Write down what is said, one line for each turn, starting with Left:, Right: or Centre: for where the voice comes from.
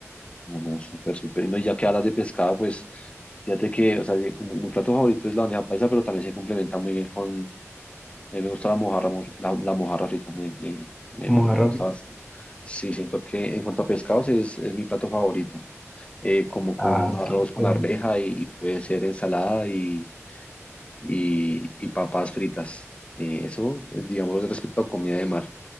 Left: No, no, súper, súper. Y no, y ya que hablas de pescado, pues fíjate que, o sea, de- un- mi plato favorito es la bandeja paisa, pero también se complementa muy bien con... A mí me gusta la mojarra, mucho, la, la mojarra frita, me, me, me,
Centre: Vamos
Left: me- me gusta bastante. Sí, siento que en cuanto a pescados es, es mi plato favorito. Eh, como con
Centre: Ah,
Left: un
Centre: súper.
Left: arroz con arveja y, y puede ser ensalada y, y, y papas fritas. Eh, eso, pues, digamos, respecto a comida de mar.